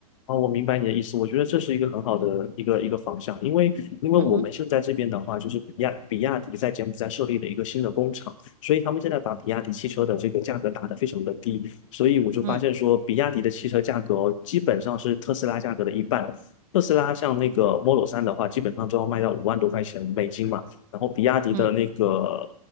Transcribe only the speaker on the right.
嗯哼，
嗯
嗯，